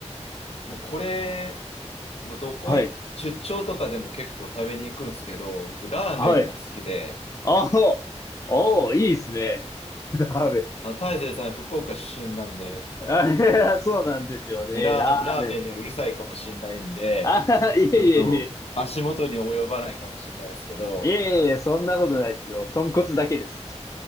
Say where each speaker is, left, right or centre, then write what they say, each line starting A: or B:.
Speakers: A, on the left; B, on the left.
A: もうこれ、もうどこい、
B: はい。
A: 出張とかでも結構食べに行くんですけど、僕ラーメンが好きで、
B: はい。ああ、おーいいですね。ラーメン。
A: あの、大勢さん福岡出身なんで、
B: <laughs> あそうなんですよね。
A: ねラー、
B: ラーメン。
A: ラーメンにはうるさいかもしれないんで、
B: あ、いえいえいえ。
A: ちょっと足元に及ばないかもしれないですけど、
B: いえいえ、そんなことないですよ。豚骨だけです。